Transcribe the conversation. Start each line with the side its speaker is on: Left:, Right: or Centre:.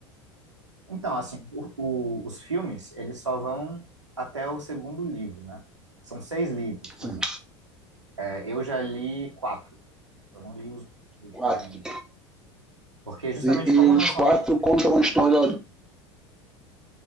Right: Então, assim, o- o- os filmes, eles só vão até o segundo livro, né? São seis livros,
Centre: Assim,
Right: Bruna. É, eu já li quatro, eu não li os últimos
Centre: quatro.
Right: ainda. Porque justamente
Centre: E, e
Right: como
Centre: os
Right: não são
Centre: quatro
Right: livros que
Centre: contam
Right: fluem,
Centre: uma história.
Right: né?